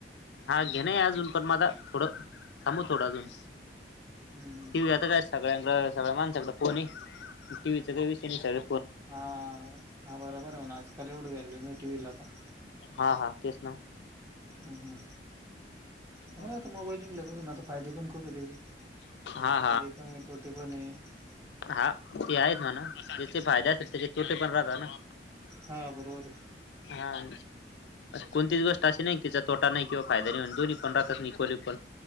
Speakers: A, on the left; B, on the right.
A: हां घेणं अजूंन पणं मं आंता थोडं थांबु थोडं अजूंन
B: हम्म हम्म
A: टीव्ही आंता कायं सगळ्यांक सगळ्यां माणसाकडे फोन आहे टीव्हीचा कांहीं विषय नाहीं सगळं
B: हां हां बरोबर आहे म्हणे आंजकांल एवढी व्हॅल्यू नाहीं टी व्हीला आंता
A: हां हां तेचं नां
B: हम्मं हं
A: हा
B: नां आंता
A: तेच
B: मोबाईल निघल्यांपसून आंता फायदे पणं खूंप आहे त्यांचे
A: ना. हा
B: फायदे पणं आहे तोटे पणं आहे
A: हां ते आहेतं म्हणां त्यांचे फायदे असलं त्यांचे तोटे पणं राहतं नां
B: हा बरोबर
A: हां कोणतीच गोष्ट असंशी नाहीं तिच्या तोटां नाहीं किंवा फायदां नाहीण दोनी पणं राहतां इक्वल इक्वल